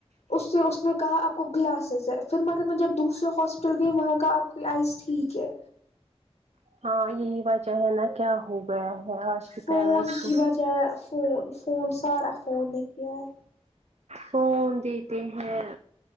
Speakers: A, on the left; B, on the right.
A: اس سے اس نے کہا آپ کو گلاسز ہے پھر مگر میں جب دوسرے ہاسپٹل گئی وہاں کا آپ کی آئس ٹھیک ہے
B: ہاں یہی وجہ ہے نا کیا ہو گیا ہے آج کے
A: فون
B: پیرنٹس کو
A: کی وجہ فون فون سارا فون نے کیا ہے
B: فون دیتے ہیں